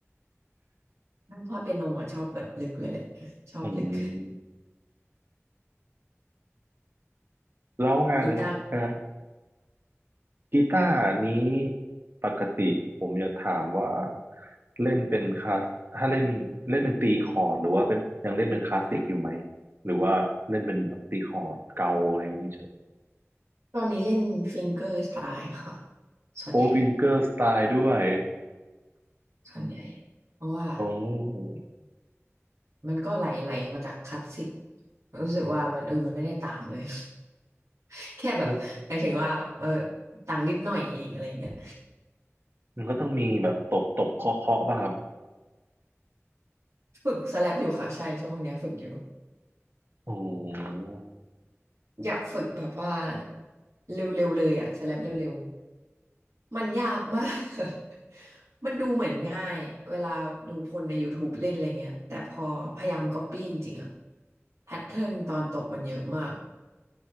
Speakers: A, on the right; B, on the right.
A: ถ้าเป็นโนอ่ะชอบแบบลึกเลยแหละชอบลึก
B: อืมแล้วงานงาน
A: กีตาร์
B: กีตาร์นี้ปกติผมจะถามว่าเล่นเป็นคลาสถ้าเล่นเล่นเป็นตีคอร์ดหรือว่าเป็นยังเล่นเป็นคลาสสิกอยู่ไหมหรือว่าเล่นเป็นแบบตีคอร์ดเกาอะไรอย่างนี้
A: ตอนนี้เล่นฟิงเกอร์สไตล์ค่ะส่วนใหญ่
B: โอวิงเกอร์สไตล์ด้วย
A: ส่วนใหญ่เพราะว่า
B: โอ้
A: มันก็ไหลไหลมาจากคลาสสิกรู้สึกว่ามันเออมันไม่ได้ต่างเลย <laughs> แค่แบบหมายถึงว่าเออ
B: มัน
A: ต่างนิดหน่อยเองอะไรเงี้ย
B: มันก็ต้องมีแบบตบตบเคาะเคาะป่ะครับ
A: ฝึกสแลปอยู่ค่ะใช่ช่วงเนี้ยฝึกอยู่
B: โอ้
A: อยากฝึกแบบว่าเร็วๆเลยอะสแลปเร็วๆมันยากมาก <laughs> มันดูเหมือนง่ายเวลาดูคนใน YouTube เล่นอะไรเงี้ยแต่พอพยายามก๊อปปี้จริงๆอะแพทเทิร์นตอนตบมันเยอะมาก